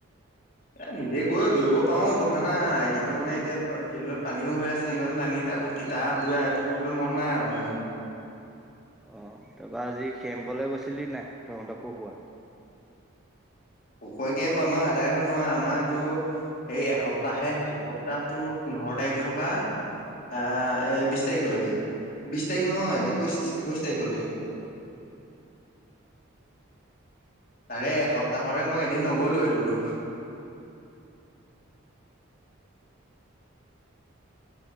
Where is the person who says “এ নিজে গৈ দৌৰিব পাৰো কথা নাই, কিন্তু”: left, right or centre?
Left